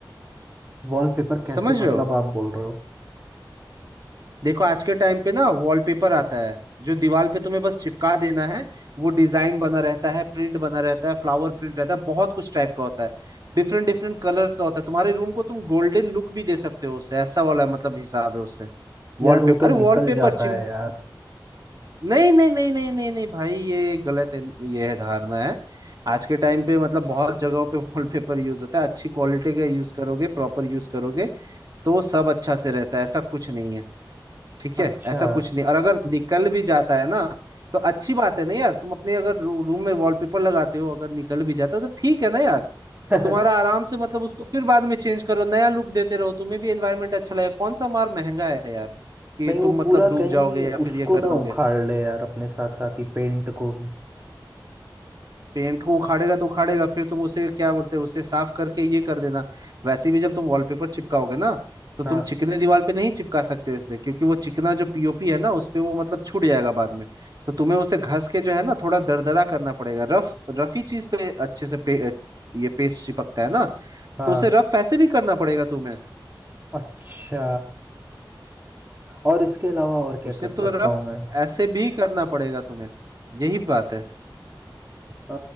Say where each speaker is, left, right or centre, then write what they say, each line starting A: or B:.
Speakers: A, on the right (about 25°); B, on the right (about 50°).
A: वॉलपेपर कैसे
B: समझ रहे
A: मतलब
B: हो
A: आप बोल रहे हो
B: देखो आज के टाइम पे ना वॉलपेपर आता है जो दीवार पे तुम्हें बस चिपका देना है वो डिजाइन बना रहता है प्रिंट बना रहता है फ्लावर प्रिंट रहता है बहुत कुछ टाइप का होता है डिफरेंट डिफरेंट कलर्स का होता है तुम्हारे रूम को तुम गोल्डन लुक भी दे सकते हो उससे ऐसा वाला मतलब हिसाब है उससे वॉलपेपर
A: यार वो तो
B: अरे
A: निकल
B: वॉलपेपर
A: जाता
B: चिम
A: है यार
B: नहीं नहीं नहीं नहीं नहीं नहीं भाई ये गलत है ये है धारणा है आज के टाइम पे मतलब बहुत जगहों पे <laughs> वॉलपेपर यूज होता है अच्छी क्वालिटी का यूज करोगे प्रॉपर यूज करोगे तो सब अच्छा से रहता है ऐसा कुछ नहीं है ठीक
A: अच्छा
B: है ऐसा कुछ नहीं और अगर निकल भी जाता है ना तो अच्छी बात है ना यार तुम अपने अगर रू, रूम में वॉलपेपर लगाते हो अगर निकल भी जाता है तो ठीक है ना यार
A: <laughs>
B: तुम्हारा आराम से मतलब उसको फिर बाद में चेंज करो नया लुक देते रहो तुम्हें भी एनवायरनमेंट अच्छा लगेगा कौन सा मार महंगा है यार कि
A: नहीं वो
B: तुम मतलब
A: पूरा
B: डूब
A: कहीं
B: जाओगे या फिर
A: उसको
B: ये कर
A: ना
B: लोगे
A: उखाड़ ले यार अपने साथ साथ ही पेंट को भी
B: पेंट को उखाड़ेगा तो उखाड़ेगा फिर तुम उसे क्या बोलते हैं उसे साफ करके ये कर देना वैसे भी जब तुम वॉलपेपर चिपकाओगे ना तो तुम
A: हाँ
B: चिकने दीवार पे नहीं चिपका सकते उससे क्योंकि वो चिकना जो पीओपी है ना उस पे वो मतलब छूट जाएगा बाद में तो तुम्हें उसे घस के जो है ना थोड़ा दरदरा करना पड़ेगा रफ रफ ही चीज पे अच्छे से पे, ये पेस्ट चिपकता है ना
A: हाँ
B: तो उसे रफ ऐसे भी करना पड़ेगा तुम्हें
A: अच्छा और इसके अलावा और क्या
B: उसे
A: कर
B: तो
A: सकता
B: रफ
A: हूँ मैं
B: ऐसे भी करना पड़ेगा तुम्हें यही बात है
A: अ,